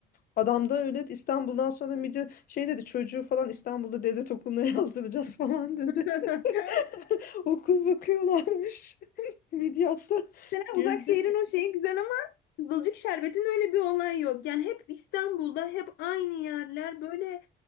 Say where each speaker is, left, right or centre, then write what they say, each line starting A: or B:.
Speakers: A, on the left; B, on the left.
A: Adam da öyle İstanbul'dan sonra Midyat şey dedi çocuğu falan İstanbul'da devlet okuluna <laughs> yazdıracağız falan dedi.
B: <laughs>
A: <laughs> Okul bakıyorlarmış. <laughs> Midyatta
B: Mesela
A: güldüm.
B: Uzakşehir'in o şeyi güzel ama Kızılcık Şerbet'in öyle bir olay yok. Yani hep İstanbul'da hep aynı yerler böyle